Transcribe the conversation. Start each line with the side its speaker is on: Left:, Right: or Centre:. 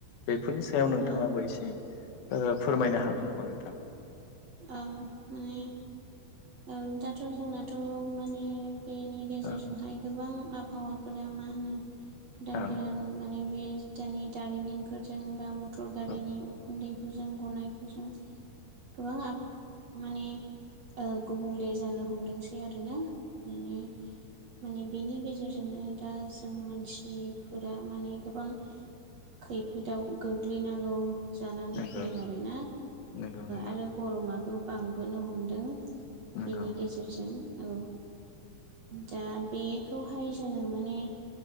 Left: बेफोरनि सायाव नोंथाङाबो
Right: औ
Left: एसे ओ फोरमायनो हागोन नामा नोंथां।
Right: औ माने औ दाथ' जोंनाथ माने बेनि गेजेरजोंहाय
Left: औ
Right: गोबां आबहावाफोरा मा होनो गोदान
Left: औ
Right: गोदान माने बे दानि दारिमिनफोरजों बा मटर गारिनि
Left: औ
Right: उखुन्दैफोरजों गनायफोरजों गोबां आब माने गुबुंले जानो हमदोंसै आरोना बिनि माने बेनि गेजेरजोंनो दा जों मानसिफोरा माने गोबां खैफोदाव गोग्लैनांगौ जानानै
Left: नंगौ
Right: फैदों आरोना
Left: नंगौ नंगौ
Right: आरो गरमाबो बांबोनो हमदों।
Left: नंगौ
Right: बेनि गेजेरजों ओ दा बेखौहाय जोङो माने